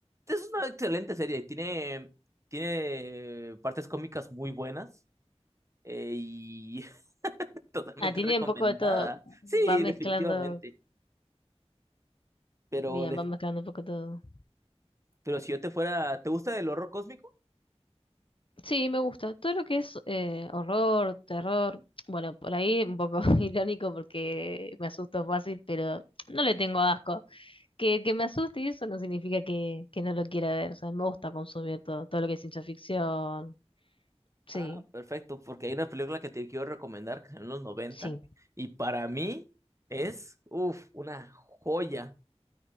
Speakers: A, on the right; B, on the left.
A: es una excelente serie, tiene, tiene partes cómicas muy buenas eh, y Totalmente
B: Ah, tiene
A: recomendada.
B: un poco de todo. Va
A: Sí,
B: mezclando,
A: definitivamente. Pero,
B: bien,
A: de-
B: va mezclando un poco todo.
A: pero si yo te fuera, ¿te gusta el horror cósmico?
B: Sí, me gusta. Todo lo que es eh, horror, terror. Bueno, por ahí un poco <laughs> irónico porque me asusto fácil, pero no le tengo asco. Que, que me asuste y eso no significa que, que no lo quiera ver. O sea, me gusta consumir todo, todo lo que es ciencia ficción. Sí,
A: Ah, perfecto, porque hay una película que te quiero recomendar que es en los noventa
B: sí.
A: y para mí es, uff, una joya.